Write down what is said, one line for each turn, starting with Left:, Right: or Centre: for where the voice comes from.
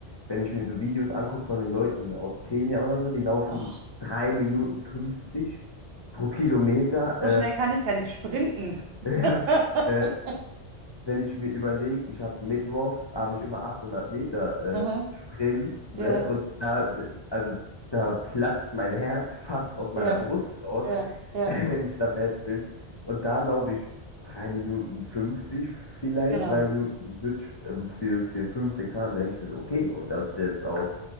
Left: wenn ich mir so Videos angucke von den Leuten aus Kenia oder so, die laufen
Right: Och,
Left: 3 Minuten 50 pro Kilometer.
Right: so schnell kann ich gar nicht sprinten.
Left: Äh,
Right: <laughs>
Left: <laughs> äh, wenn ich mir überlege, ich habe mittwochs, habe ich immer 800 Meter äh,
Right: Aha.
Left: Sprints, ne?
Right: Ja,
Left: Und da, also da platzt mein Herz fast aus meiner
Right: ja,
Left: Brust raus,
Right: ja, ja.
Left: <laughs> wenn ich da fertig bin. Und da laufe ich 3 Minuten 50 vielleicht,
Right: Genau,
Left: 3 Minuten 40, ähm, für, für 500, 600, da denke ich mir so, okay, und das jetzt auf,